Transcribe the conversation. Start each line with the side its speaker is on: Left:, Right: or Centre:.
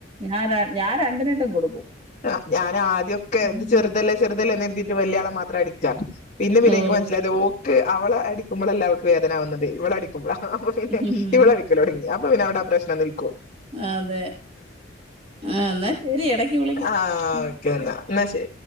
Right: ഞാൻ ര- ഞാൻ രണ്ടിനിട്ടും കൊടുക്കും
Left: അ ഞാന് ആദ്യൊക്കെ
Right: ഉം.
Left: ഇത് ചെറുതല്ലേ ചെറ്ത് തെല്ലെ നിറ്ത്തീട്ട് വല്യ ആള മാത്രം അടി ക്ക്‌യാം ഇന്ന് പിന്നെ
Right: ഓ
Left: എന്ക്ക് മനസിലായത് ഓക്ക് അവള അടിക്ക്മ്പളല്ല അവൾക്ക് വേദനാവ്ന്നത് ഇവളെടിക്കുമ്പഴാ പിന്നെ
Right: ഉം.
Left: ഇവളടിക്കല് തൊടങ്ങി അപ്പ പിന്നെ അവ്ട പ്രശ്നം നിൽക്കും
Right: അതെ ആ എന്നാ ശരി എടക്ക് വിളിക്ക്
Left: ആ
Right: മ്
Left: ഓക്കെ എന്നാ
Right: മ്
Left: എന്നാ ശരി